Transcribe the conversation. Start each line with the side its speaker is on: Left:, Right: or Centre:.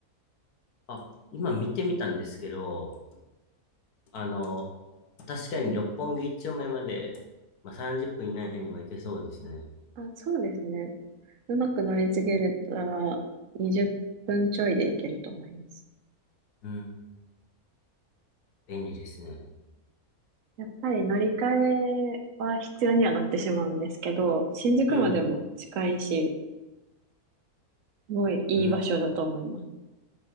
Left: あ、今見てみたんですけど、あの、確かに六本木一丁目まで、まあ、30分以内には行けそうですね。
Right: あ、そうですね。うまく乗り継げれたら20分ちょいで行けると思います。
Left: うん。便利ですね。
Right: やっぱり乗り換えは必要にはなってしまうんですけど、新宿までも近いし、
Left: うん。
Right: すごいいい場所だと思います。
Left: うん。